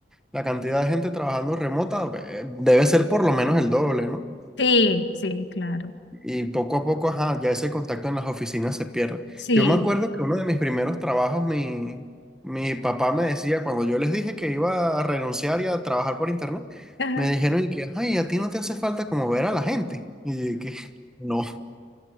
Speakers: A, in the centre; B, on the left (about 85°).
A: la cantidad de gente trabajando remota eh, debe ser por lo menos el doble, ¿no?
B: Sí, sí, claro.
A: Y poco a poco, ajá, ya ese contacto en las oficinas se pierde.
B: Sí.
A: Yo me acuerdo que uno de mis primeros trabajos, mi, mi papá me decía, cuando yo les dije que iba a renunciar y a trabajar por internet,
B: <laughs>
A: me dijeron, y que, ay, a ti no te hace falta como ver a la gente. Y yo, que, <laughs> no,